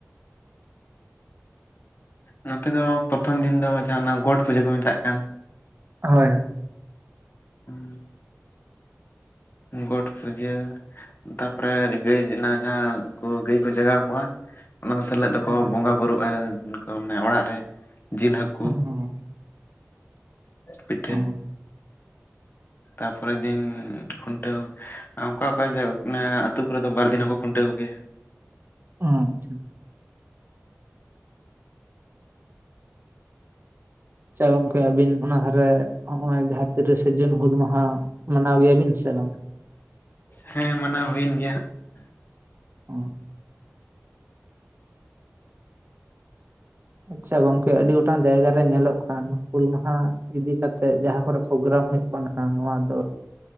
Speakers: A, on the left; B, on the right.
A: ᱱᱚᱛᱮ ᱫᱚ ᱯᱚᱛᱷᱚᱢ ᱫᱤᱱ ᱫᱚ ᱡᱟᱦᱟᱸ ᱚᱱᱟ ᱜᱚᱴ ᱯᱩᱡᱟᱹ ᱠᱚ ᱢᱮᱛᱟᱜ ᱠᱟᱱ
B: ᱦᱳᱭ ᱦᱳᱭ
A: ᱦᱩᱸ ᱜᱚᱴ ᱯᱩᱡᱟᱹ ᱛᱟᱯᱚᱨᱮ ᱜᱟᱹᱭ ᱚᱱᱟ ᱡᱟᱦᱟᱸ ᱠᱩ ᱜᱟᱹᱭ ᱠᱚ ᱡᱟᱜᱟᱣ ᱠᱚᱣᱟ ᱚᱱᱟ ᱥᱮᱞᱮᱫᱟ
B: ᱦᱳᱭ
A: ᱠᱚ ᱵᱚᱸᱜᱟ ᱵᱩᱨᱩᱜ ᱟᱭ ᱟᱢᱱᱮ ᱚᱲᱟᱜ ᱨᱮ ᱡᱤᱞ ᱦᱟᱹᱠᱩ
B: ᱦᱚᱸ
A: <inaudible> ᱯᱤᱴᱷᱟᱹ
B: ᱦᱚᱸ
A: ᱛᱟᱯᱚᱨᱮᱨ ᱫᱤᱱ ᱠᱷᱩᱱᱴᱟᱹᱣ ᱚᱠᱟ ᱚᱠᱟ ᱡᱟᱣ ᱟᱢᱱᱮ ᱟᱹᱛᱩ ᱠᱚᱨᱮ ᱫᱚ ᱵᱟᱨ ᱫᱤᱱ ᱦᱚᱸ ᱠᱷᱩᱱᱴᱟᱹᱣ ᱜᱤᱭᱟ
B: ᱚ ᱟᱪᱪᱷᱟ ᱥᱮ ᱜᱚᱢᱠᱮ ᱟᱵᱤᱱ ᱚᱱᱟ ᱫᱷᱟᱨᱮ ᱱᱚᱜᱼᱚᱭ ᱡᱟᱦᱟᱸ ᱛᱤᱨᱤᱥᱮ ᱡᱩᱱ ᱦᱩᱞ ᱢᱟᱦᱟ᱾ ᱢᱟᱱᱟᱣ ᱜᱮᱭᱟᱵᱤᱱ ᱥᱮ ᱵᱟᱝ?
A: ᱦᱮᱸ ᱢᱟᱱᱟᱣ ᱦᱩᱭᱮᱱ ᱜᱮᱭᱟ᱾
B: ᱚᱻ ᱟᱪᱪᱷᱟ ᱜᱚᱝᱠᱮ ᱟᱹᱰᱤ ᱜᱚᱴᱟᱝ ᱡᱟᱭᱜᱟ ᱨᱮ ᱧᱮᱞᱚᱜ ᱠᱟᱱ ᱦᱩᱞ ᱢᱟᱦᱟ ᱤᱫᱤ ᱠᱟᱛᱮᱫ ᱡᱟᱦᱟᱸ ᱠᱚᱨᱮ ᱯᱨᱳᱜᱨᱟᱢ ᱦᱩᱭᱩᱜ ᱠᱟᱱᱟ᱾ ᱠᱟᱱᱟ ᱱᱚᱣᱟ ᱫᱚ